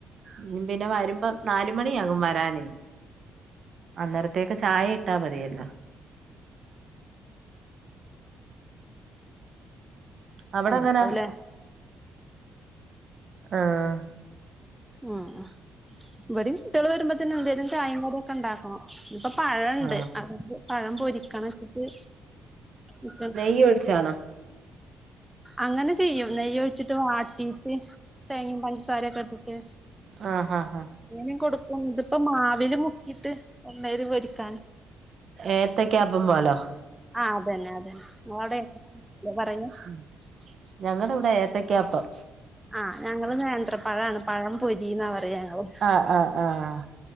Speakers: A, on the right; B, in the centre.
A: ഇനി പിന്നെ വരുമ്പം നാല് മണിയാകും വരാനെ അന്നരത്തെ ത്തേക്ക് ചായ ഇട്ടാ മതിയല്ലോ അവിടെ
B: ഉണ്ടാവൂലേ
A: അങ്ങനാ ആഹ്
B: ആഹ് ഇവിടെം കുട്ടികള് വരുമ്പോത്തേന് എന്തേലും ചായേം കടിക്കെ ഉണ്ടാക്ക ക്കണം ഇപ്പൊ പഴുണ്ട്
A: ആ
B: അതണ്ട് പഴം പൊരിക്കണ വെച്ചിട്ട് ഇപ്പ
A: ഈ ഒഴിച്ചാണോ
B: അങ്ങനെ ചെയ്യും നെയ്യ് ഒഴിച്ചിട്ട് വട്ടീട്ട് തേങ്ങയും പഞ്ചസാരൊക്കെ ഇട്ടിട്ട്
A: ആഹ് ആഹ് ആഹ്
B: എങ്ങനും കൊടുക്കും ഇതിപ്പോ മാവിൽ മുക്കിട്ട് എണ്ണേല് പൊരിക്കാൻ
A: ഏത്തൊക്ക ആപ്പം പോലോ
B: ആഹ് അതന്നെ അതന്നെ അവിടെ പറഞ്ഞു
A: ഉം ഞങ്ങടെ ഇവിടെ ഏത്തക്കാപ്പം
B: ആഹ് ഞങ്ങള് നേന്ത്ര പഴമാണ് പഴം പൊരിന്നാ പറയ ഞങ്ങള്
A: ആ ആഹ്